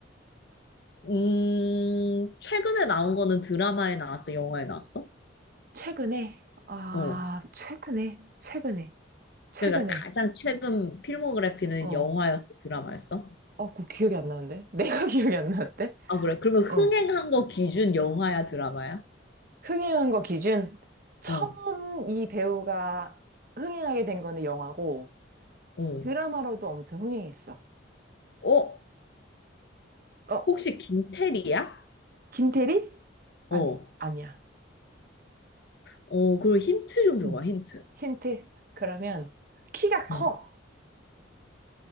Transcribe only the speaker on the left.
음, 최근에 나온 거는 드라마에 나왔어, 영화에 나왔어?
어.
그러니까 가장 최근 필모그래피는
영화였어, 드라마였어?
아, 그래. 그러면 흥행한
거 기준 영화야, 드라마야?
어,
어.
어,
혹시 김태리야?
어.
어, 그리고 힌트 좀 줘봐,
힌트.
응.